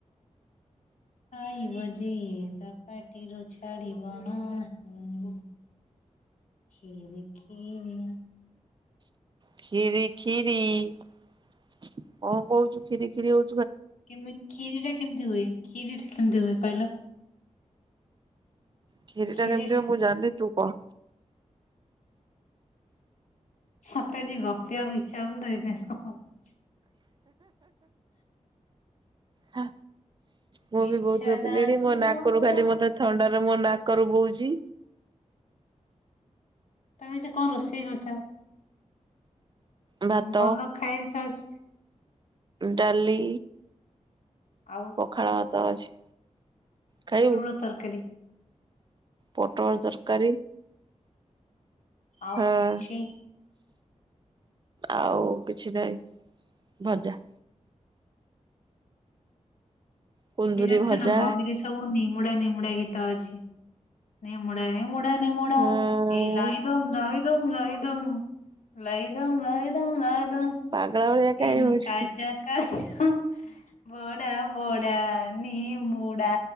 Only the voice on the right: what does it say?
କ୍ଷୀରି କ୍ଷୀରି କଣ କହୁଛୁ କ୍ଷୀରି କ୍ଷୀରି ହଉ
କ୍ଷିରୀ
ଟା କେମିତି ହୁଏ ମୁଁ ଜାଣିନି ତୁ କହ।
ହ ମୁଁ ବି
ବହୁତ ଗପିଲିଣି
ମୋ ନାକରୁ
ଖାଲି ମତେ ଥଣ୍ଡାରେ ମୋ ନାକ କରୁ ବୋହୁଛି।
ଭାତ
ଡାଲି।
ପଖାଳ ଭାତ ଅଛି। ଖାଇବୁ?
ପୋଟଳ ତରକାରୀ।
ହଁ
ଆଉ କିଛି ନାହିଁ ଭଜା। କୁନ୍ଦୁରି
ଭଜା
ହଁ
ପାଗଳା ଭଳିଆ କାଇଁ
ହଉଛୁ।